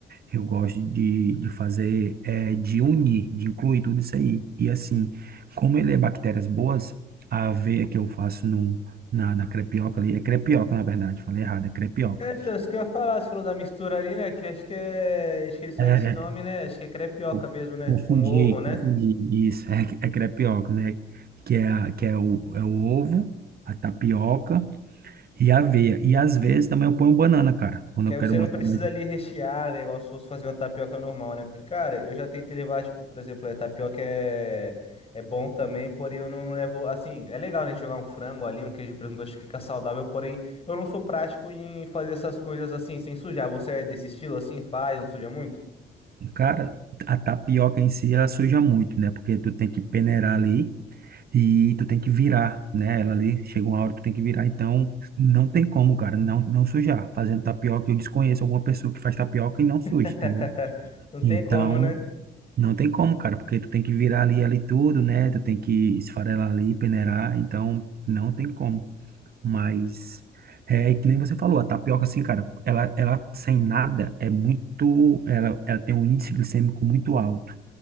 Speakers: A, on the right; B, on the left.
A: eu gosto de, de fazer, é, de unir, de incluir tudo isso aí. E assim, como ele é bactérias boas, a aveia que eu faço no, na, na crepioca ali, é crepioca na verdade, falei errado, é crepioca.
B: É, então, isso que eu ia falar, você falou da mistura ali, né? Que acho que é. Acho que eles fazem
A: É,
B: esse nome,
A: é,
B: né? Acho que é crepioca
A: co-
B: mesmo, né?
A: confundi,
B: Com ovo, né?
A: confundi, isso, é, é crepioca, né? Que é, a- que é, o, é o ovo, a tapioca e a aveia. E às vezes também eu ponho banana, cara, quando
B: Que
A: eu
B: aí
A: quero
B: você
A: botar
B: não precisa
A: mais.
B: ali rechear, né, igual se fosse fazer uma tapioca normal, né? Porque, cara, eu já tentei levar, tipo, por exemplo, a tapioca é, é bom também, porém eu não, não levo. Assim, é legal, né? A gente Jogar um frango ali, um queijo de presunto, acho que fica saudável, porém eu não sou prático em fazer essas coisas assim, sem sujar. Você é desse estilo assim? Faz, não suja muito?
A: Cara, a tapioca em si ela suja muito, né? Porque tu tem que peneirar ali e tu tem que virar, né? Ela ali chega uma hora que tu tem que virar, então não tem como, cara, não não sujar. Fazendo tapioca, eu desconheço alguma pessoa que faz tapioca e não suja,
B: <laughs>
A: entendeu?
B: Não tem
A: Então,
B: como, né?
A: não tem como, cara, porque tu tem que virar ali ali tudo, né? Tu tem que esfarelar ali, peneirar, então não tem como. Mas é que nem você falou, a tapioca, assim, cara, ela, ela sem nada é muito. Ela, ela tem um índice glicêmico muito alto.